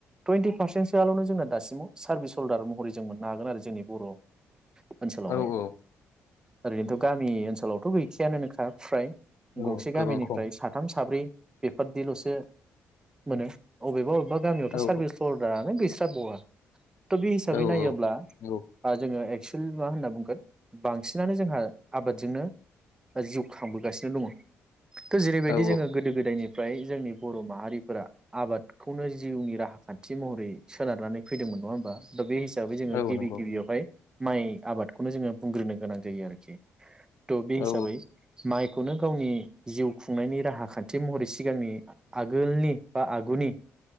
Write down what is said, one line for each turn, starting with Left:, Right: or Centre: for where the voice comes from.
Right: तुइन्टि पारसेन्ट सोआलनो जोंना दासिमाव सार्भिस हल्डार महरै जों मोननो हागोन आरो जोंनि बर ओनसोलावहाय
Left: औ औ
Right: ओरैनोथ गामि ओनसोलावथ गैखायानो नोंखा फ्राय
Left: औ
Right: गंसे
Left: गोबां
Right: गामिनिफ्राय
Left: खम
Right: साथाम साब्रै बेफोरदिलसो मोनो अबेबा अबे बा गामियावथ
Left: औ
Right: र्साफोस सर्दार <unintelligible> स <unintelligible> बौवा थ बे हिसाबै
Left: औ
Right: नायोब्ला
Left: औ
Right: ओ जोङो एक्सुेल मा होनना बुंगोन बांसिनानो जोंहा आबादजोंनो जिउ खांबोगासिनो दङ थ जेरैबायदि
Left: औ
Right: जोङो गोदो गोदायनि फ्राय जोंनि बर माहारिफोरा आबादखौनो जिउनि राहा खान्थि महरै। सोनदारनानै फैदोंमोन नङा होमबा। दा बे हिसाबै जोङो
Left: औ
Right: गिबि
Left: औ नंगौ
Right: गिबियावहाय। माइ आबादखौनो जोङो बुंग्रोनो गोनां जायो आरोखि। थ बे
Left: औ
Right: हिसाबै माइ। खौनो गावनि जिउ खुंनायनि राहा खान्थि महरै सिगांनि आगोलनि बा आगुनि